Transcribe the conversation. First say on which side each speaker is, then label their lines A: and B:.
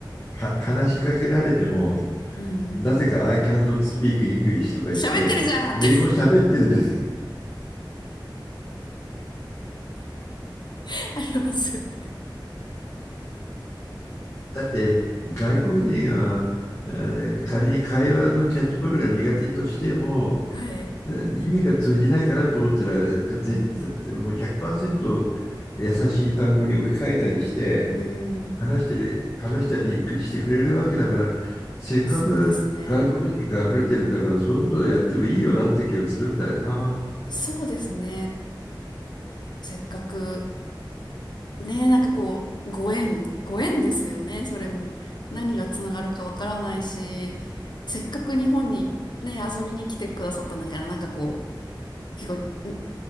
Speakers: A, on the left; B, on the left.
A: は、話しかけられても、
B: うんうん。
A: なぜか I cannot speak English とか言って、
B: 喋ってるじゃんって
A: 英語喋ってるじゃん。
B: <laughs> ありますよね。
A: だって、外国人が、えー仮に会話のキャッチボールが苦手としても、
B: はい。
A: えー意味が通じないかなと思ったら、絶対もう100%
B: うん。
A: 優しい単語に置き換えたりして、
B: うん。
A: 話してる、話したりしてくれるわけだから、せっかく外国人が溢れてるんだから、
B: そうですね。
A: そういうことをやってもいいよなって気がするんだよな。
B: そうですね。せっかく、ねえ、なんかこう、ご縁、ご縁ですよね、
A: うん。
B: それも。何がつながるかわからないし、せっかく日本にね、遊びに来てくださったんだから、なんかこう、結構、に